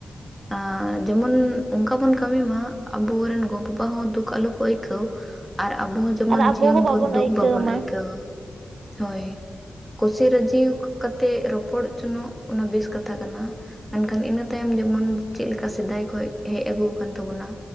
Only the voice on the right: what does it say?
ᱟᱨ ᱟᱵᱚ
ᱦᱚᱸ
ᱟᱹᱭᱠᱟᱹᱣ
ᱢᱟ